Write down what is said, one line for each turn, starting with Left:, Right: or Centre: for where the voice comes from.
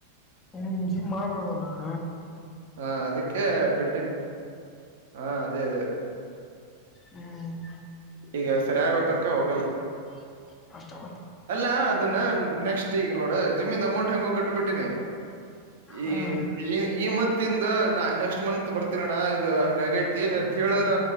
Left: ಹ್ಮ ಜಿಮ್ ಮಾಡ್ಬಡಕ್ಕ
Right: ಹಾ ಅದಕ್ಕೆ ಬಿಟ್ಟೀನಿ ಹಾ ಅದೇ ಅದೇ
Left: ಹ್ಮ್
Right: ಈಗ ಸರಿ ಆಗೋ ತನಕ ಹೋಗಲ್ಲ
Left: <inaudible>
Right: ಅಲ್ಲಾ ಅದನ್ನ ನೆಕ್ಸ್ಟ್ ಈಗ ನೋಡು ಜಿಮ್ಮನ್ ಅಮೌಂಟ್ ಹೆಂಗೋ ಕಟ್ಟಬಿಟ್ಟೀನಿ ಈ
Left: ಹ್ಮ್
Right: ಈ ಮತ್ ಇಂದ ನಾ ನೆಕ್ಸ್ಟ್ ಮಂತ್ ಬರ್ತೀನಿಹಣ ಇ ಹಂಗಗೈತಿ ಅಂತ ಹೇಳಿದ್ರ